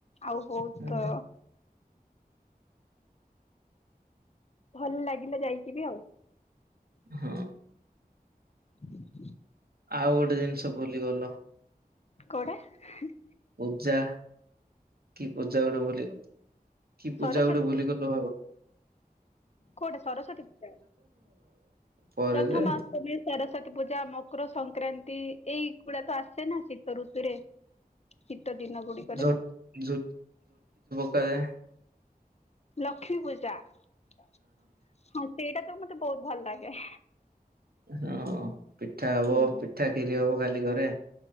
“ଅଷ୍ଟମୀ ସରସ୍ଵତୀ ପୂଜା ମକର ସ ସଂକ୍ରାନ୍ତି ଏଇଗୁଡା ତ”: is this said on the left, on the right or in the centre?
Left